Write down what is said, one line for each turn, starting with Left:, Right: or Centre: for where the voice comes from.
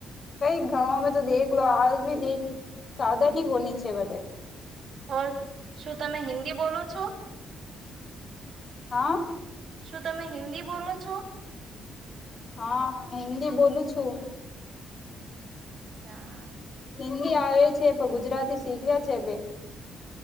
Left: કઈ ગના મેં તો દેખ હાલ બી સાધનની કોની છે વટે
Right: ઓર શું તમે હિન્દી બોલો છો?
Left: હા.
Right: શું તમે હિન્દી બોલો છો?
Left: હા હિન્દી બોલું છું.
Right: અચ્છા
Left: હિન્દી આવે છે પણ ગુજરાતી શીખ્યા છે બે